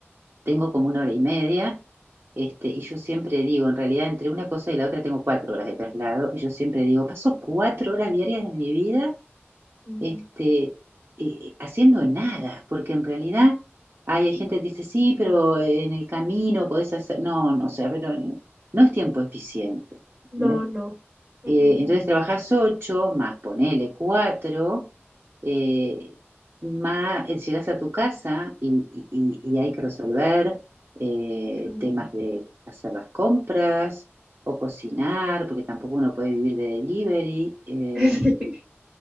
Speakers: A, on the right; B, in the centre.
A: tengo como una hora y media, este, y yo siempre digo, en realidad entre una cosa y la otra tengo cuatro horas de traslado, y yo siempre digo, paso cuatro horas diarias de mi vida
B: Ujú.
A: este, eh, haciendo nada, porque en realidad hay gente que dice, sí, pero en el camino podés hacer, no, no, o sea, pero no es tiempo eficiente.
B: No,
A: ¿entendés?
B: no. mm,
A: Eh, entonces trabajás ocho, más ponele cuatro, eh, más eh, llegás a tu casa y, y- y- y hay que resolver eh,
B: mm.
A: temas de hacer las compras o cocinar, porque tampoco uno puede vivir de delivery. eh,
B: Sí. <laughs>